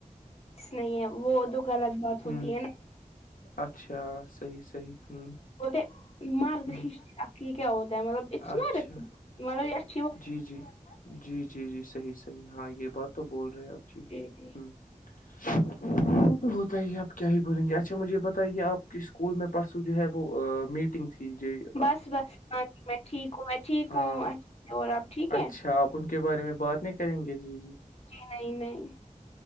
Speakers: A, on the left; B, on the left.
A: نہیں ہے وہ تو غلط بات
B: ہوں
A: ہوتی ہے نا <unintelligible>
B: اچھا صحیح صحیح ہوں
A: بولتے مرد
B: ہوں
A: کیا ہوتا ہے مب
B: اچھا
A: <unintelligible> ملب <unintelligible>
B: جی جی جی جی جی صحیح صحیح ہاں یہ بات تو بول رہے ہیں آپ ج
A: جی جی
B: ہوں <inaudible> وہ تو ہوتا ہی آپ کیا ہی بولیں گے اچھا مجھے یہ بتائیے آپ کے اسکول میں پرسوں جو ہے وہ میٹ <inaudible>
A: بس بس ہاں جی میں ٹھیک ہوں میں ٹھیک
B: ہاں
A: ہوں اچھے سے اور آپ ٹھیک
B: اچھا
A: ہے
B: آپ ان کے بارے میں بات نہیں کریں گے جی جی
A: نہیں نہیں